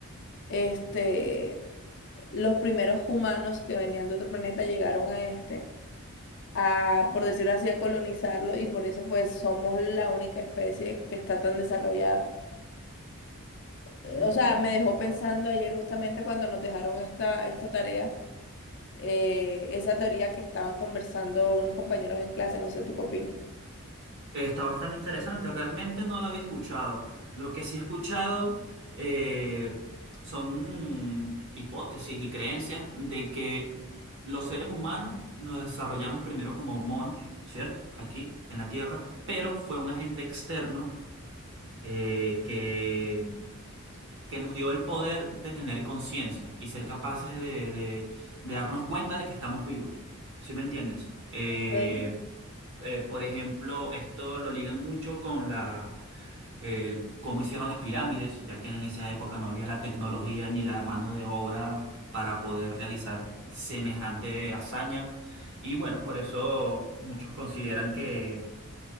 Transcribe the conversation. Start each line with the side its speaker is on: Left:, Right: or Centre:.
Left: este los primeros humanos que venían de otro planeta llegaron a este, a, por decirlo así, a colonizarlo y por eso pues somos la única especie que está tan desarrollada. Eh,
Right: Mm.
Left: O sea, me dejó pensando ayer justamente cuando nos dejaron esta, esta tarea, eh, esa teoría que estaban conversando unos compañeros en clase, no sé, ¿tú qué opinas?
Right: Está bastante interesante, realmente no la había escuchado. Lo que sí he escuchado eh, son mm, hipótesis y creencias de que los seres humanos nos desarrollamos primero como monos, ¿cierto? Aquí en la Tierra, pero fue un agente externo eh, que que nos dio el poder de tener conciencia y ser capaces de, de- de darnos cuenta de que estamos vivos. ¿Sí me entiendes? Eh,
Left: Ok.
Right: eh, por ejemplo, esto lo ligan mucho con la, el- cómo hicieron las pirámides, ya que en esa época no había la tecnología ni la mano de obra para poder realizar semejante hazaña. Y bueno, por eso muchos consideran que,